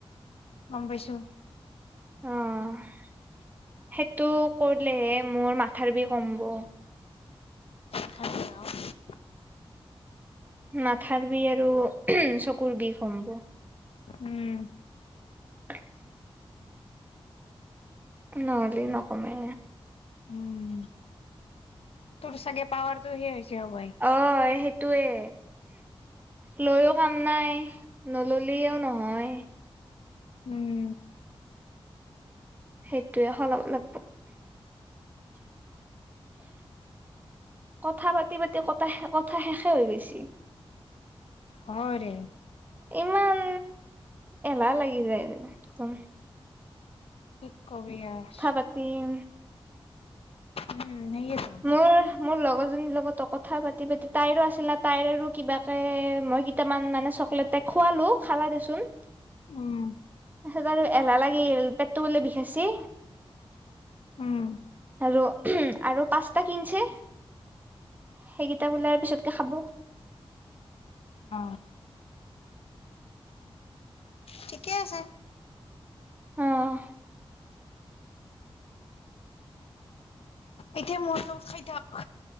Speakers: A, on the left; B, on the right.
A: গম পাইছো।
B: অ 'সেইটো কৰিলেহে মোৰ মাথাৰ বি কমব
A: <unintelligible>
B: মাথাৰ বিষ আৰু চকুৰ বিষ কমিব
A: উম,
B: <inaudible> নহলে নকমে।
A: উম তোৰ চাগে পাৱাৰটো সেই। হবই
B: অ সেইটো। তয়ে লৈও কাম নাই নললেও নহয়।
A: উম
B: সেইটোয়ে সলাব লাগিব কথা পাতি পাতি কথা কথা শেষে হৈ গৈছে।
A: হয়।
B: ইমান এলাহ লাগি যায় ৰে
A: কি কবি আছ।
B: পাতিম
A: উম। সেয়েতো
B: মোৰ মোৰ লগত। লগতো কথা পাতি -পাতি তাইৰো আছিলা তাইৰ কিবাকে মই কেইটামান মানে চকলেট তাই খুৱালো খালা দেচোন।
A: উম,
B: তাৰপিছত আৰু এলাহ লাগিল পেটটো বলে বিষাইচি।
A: উম,
B: আৰু-আৰু পাঁচটা কিনচি। সেইকেইটা বোলাৰ পিছত, খাব।
A: অ, ঠিকে আছে।
B: অহ,
A: এতিয়া মদ অলপ খাই থাক।